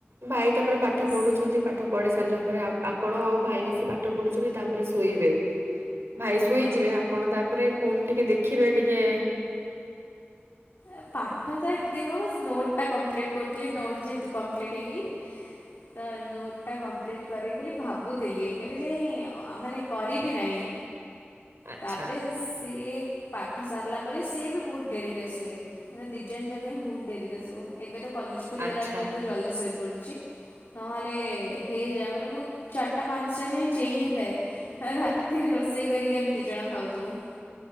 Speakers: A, on the right (about 70°); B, on the left (about 60°).
A: ଭାଇ ତା ପରେ ପାଠ
B: ଦସ୍
A: ପଢୁଛନ୍ତି ପାଠ ପଢି ସାରିଲା ପରେ ଆଉ ଆପଣ ଆଉ ଭାଇ ମିଶି ପାଠ ପଢୁଛନ୍ତି, ତା ପରେ ଶୋଇବେ। ଭାଇ ଶୋଇଯିବେ।
B: ଆ
A: ଆପଣ ତା ପରେ ଫୋନ ଟିକେ ଦେଖିବେ ଟିକେ
B: ଏ ପାଠ ତ ଏମିତି ନୁହଁ ନୋଟ ଟା କମ୍ପ୍ଲିଟ କରୁଥିଲି। ନୋଟ ଯେହେତୁ କମ୍ପ୍ଲିଟ ହେଇନି। ତ ନୋଟଟା କମ୍ପ୍ଲିଟ କରିବି ବୋଲି ଭାବୁଥିଲି। ଏବେ ଯାଇ ମାନେ କରିବି ନାହିଁ।
A: ଆଚ୍ଛା
B: ତା ପରେ ସିଏ ପାଠ ସାରିଲା ପରେ ସିଏ ବି ବହୁତ ଡେରିରେ ଶୁଏ। ଏଁ ଦି ଜଣ ଯାକ ହିଁ ବହୁତ ଡେରିରେ ଶୋଉ। ଏବେ ତ କଲେଜ ଖୋଲିଗଲା
A: ଆଚ୍ଛା
B: ଯେହେତୁ ଜଲ୍ଦି ଶୋଇପଡୁଚି। ନହେଲେ ହେଇଯାଏ ମାନେ ମୁଁ ଚାରଟା ପାଞ୍ଚଟା ଯାଏ ଚେଇଁ ହିଁ ଥାଏ। ଏ ରାତିରେ ର ରୋଷେଇ କରିକି ଆମେ ଦିଜଣ ଖାଉଥିବୁ।